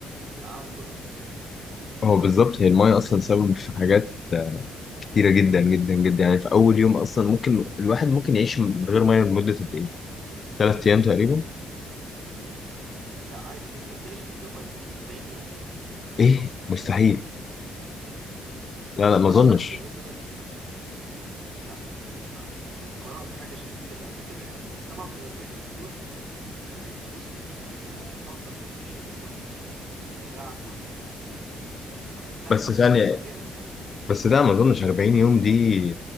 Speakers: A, on the right; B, on the left.
A: من العالم كله
B: هو بالظبط هي المايه اصلا سبب في حاجات كتيره جدا جدا جدا يعني في اول يوم اصلا ممكن الواحد ممكن يعيش من غير مايه لمده قد ايه ثلاث ايام تقريبا
A: لا عادي ممكن تعيش من غير مية لمدة 40 يوم
B: ايه مستحيل لا
A: بس
B: لا ما
A: طبعا
B: اظنش
A: بقى في ال 40 دول انت لأ، يعني ع كنت قرأت حاجة شبه كده قبل كده يعني، بس طبعًا في ال40 يوم دول أنت هيبقى بُص، هتبقى طاقتك ما فيش وجسمك هيوجعك وهتبقى هيب لأ،
B: بس
A: هتتأثّر
B: ثانية
A: جامد يعني،
B: بس لا ما اظنش 40 يوم دي